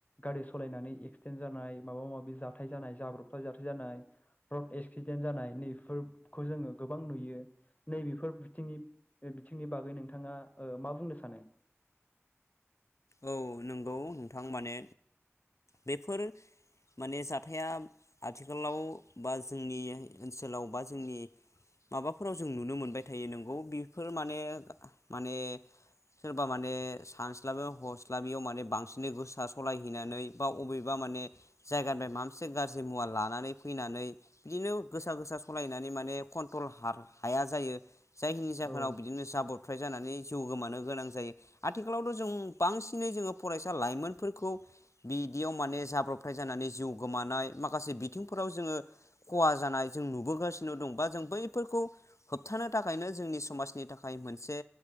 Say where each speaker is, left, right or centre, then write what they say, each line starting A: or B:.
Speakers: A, on the left; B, on the left.
A: गारि सलायनानै एक्सिडेन्ट जानाय माबा माबि जाथाय जानाय जाब्रबथा जाथाय जानाय रड एक्सिडेन्ट जानाय नैफोरखौ जोङो गोबां नुयो नैबेफोर बिथिं बिथिंनि बागै नोंथाङा मा बुंनो सानो।
B: औ नंगौ नोंथां माने बेफोर माने जाथाया आथिखालाव बा जोंनि ओनसोलाव बा जोंनि माबाफोराव जों नुनो मोनबाय थायो नोंगौ बेफोर माने माने सोरबा माने सानस्लाबो हस्लाबियाव माने बांसिनै गोसा सलायहैनानै बा बबेबा माने जायगानिफ्राय मा मोनसे गाज्रि मुवा लानानै फैनानै बिदिनो गोसा गोसा सलायनानै माने कन्ट्रल हाया जायो। जायखिनि जाहोनाव
A: औ
B: बिदिनो जाब्रथ्राय जानानै जिउ गोमानो गोनां जायो आथिखालावथ' जों बांसिनै जोङो फरायसा लाइमोनफोरखौ बिदियाव माने जाब्रबथाय जानानै जिउ गोमानाय माखासे बिथिंफोराव जोङो खहा जानाय जों नुुबो बोगासिनो दं बा जों बैफोरखौ होबथानो थाखायनो जोंनि समाज थाखाय मोनसे